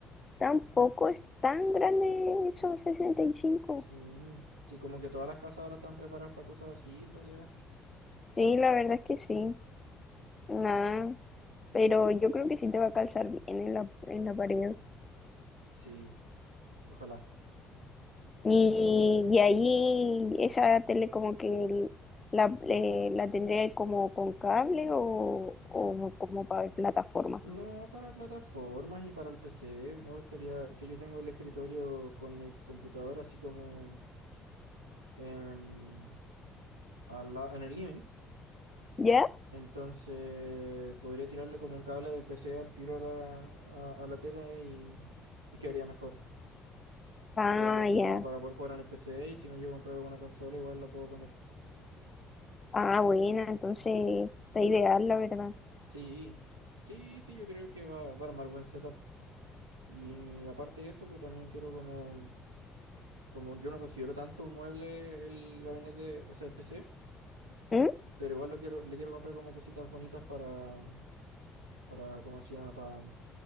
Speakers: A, on the left; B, on the right.
A: Tampoco es tan grande esos sesenta y cinco
B: Sí, sí, como que todas las casas ahora están preparadas para cosas así, en realidad.
A: Sí, la verdad es que sí. Nada, pero yo creo que sí te va a calzar bien en la, en la pared.
B: Sí, ojalá.
A: Y, y ahí esa tele como que el- la, eh, la tendría como con cable o, o como para ver plataformas
B: No
A: nomás.
B: para plataformas y para el PC. Me gustaría que yo tengo el escritorio con mi computadora así como em, al la- en el living.
A: ¿Ya?
B: Entonces podría tirarle como un cable del PC al tiro a la, a, a la tele y, y quedaría mejor.
A: Ah,
B: Quedaría así
A: ya.
B: como para poder jugar en el PC y si me llego a comprar alguna consola igual la puedo poner.
A: Ah, buena, entonces está ideal, la verdad.
B: Sí, sí, sí, yo creo que va, va a armar buen setup. Y aparte de eso, pues también quiero como, como yo no considero tanto un mueble el gabinete, o sea, el PC,
A: ¿Mm?
B: pero igual lo quiero, le quiero comprar como cositas bonitas para, para, ¿cómo se llama? Para,